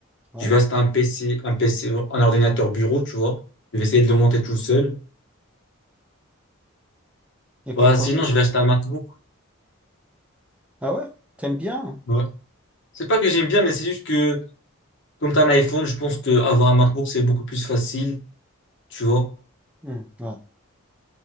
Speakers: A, in the centre; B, on the left.
A: ouais.
B: je vais acheter un PC, un PC, un ordinateur bureau, tu vois. Je vais essayer de le monter tout seul.
A: Et pourquoi?
B: Voilà, sinon, je vais acheter un MacBook.
A: Ah ouais? T'aimes bien?
B: Ouais. C'est pas que j'aime bien, mais c'est juste que, comme t'as un iPhone, je pense que avoir un MacBook, c'est beaucoup plus facile. tu vois.
A: Hmm, ouais,